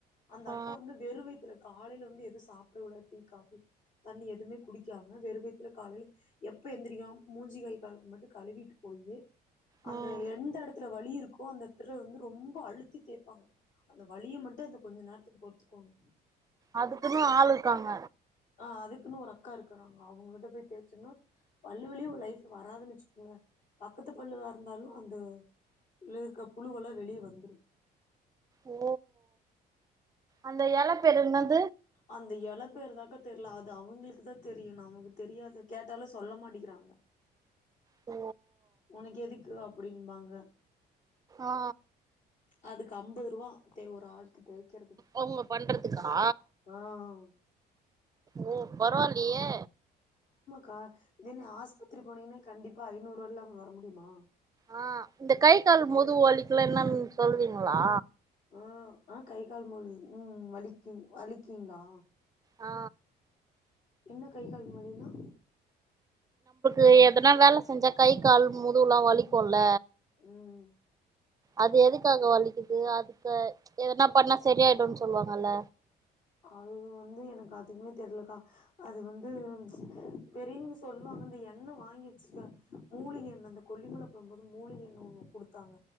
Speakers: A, on the left; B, on the right.
A: அந்த
B: ஆ
A: அக்கா வந்து வெறு வயித்துல காலைல வந்து எது சாப்டகூடாத் டீ காபி தண்ணி எதுமே குடிக்காம வெறு வயித்துல காலைல எப்ப எந்திரிக்கோ மூஞ்சி கை கால்மட்டு கழுவிட்டு போயி அந்த
B: ம்
A: எந்த எடத்து த வலி இருக்கோ அந்த எடத்துல வந்து ரொம்ப அழுத்தி தேப்பாங்க அந்த வலிய மட்டு அந்த கொஞ்ச நேரத்துக்கு பொறுத்துக்கோணு
B: அதுக்குனு ஆளுருக்காங்க
A: ஆஹ் அதுக்குன்னு ஒரு அக்கா இருக்குறாங்க அவங்ககிட்ட போய் தேய்சன்னா பல்லுவலியே ஒ லைஃப்ல வராதுன்னு வச்சுக்கோம பக்கத்து பல்லுவா இருந்தாலு அந்த லூருக்க புழுவெல்லா வெளிய வந்துரு
B: ஓ அந்த எலப்பேர் என்னத்
A: அந்த எலப் பேர்தாக்கா தெர்ல அது அவங்களுக்கு தான் தெரியு நமக்கு தெரியாது கேட்டாலு சொல்ல மாட்டேக்குறாங்க
B: ஓ
A: ஒனக்கு எதுக்கு அப்பிடின்பாங்க
B: ஆ
A: அதுக்கு அம்பது ருவா தே ஒரு ஆளுக் தேக்கிறதுக்கு
B: அவங்க பண்றதுக்கா
A: ஆஹ்
B: ஓ பரவாயில்லையே
A: கா என்ன ஆஸ்பத்திரி போனீங்கன்னா கண்டிப்பா ஐநூறு இல்லாம வர முடியுமா
B: ஆஹ் இந்த கை கால் முது வலிக்கலாம் என்ன சொல்விங்களா
A: ஆஹ் ஆஹ் கை கால் முது உம் வலிக்கு வலிக்கிங்களா
B: ஆ
A: என்ன கை கால் வலினா
B: ஏ எதுனா வேல செஞ்சா கை கால் முதுல்லா வலிக்குல்ல
A: ம்
B: அது எதுக்காக வலிக்கு து அதுக்க எதுன்ன பண்ணா செரியாயிடுன்னு சொல்லுவாங்கல்ல
A: அது வந்து எனக்கு அதுமே தெரிலக்கா அது வந்து பெரிவிங் சொல்லுவாங்க இந்த எண்ணெய் வாங்கி வெச்சிக்க மூலிக எண்ணெ இந்த கொல்லிமல போகும்போது மூலிக எண்ணெ ஒண்ணு குடுத்தாங்க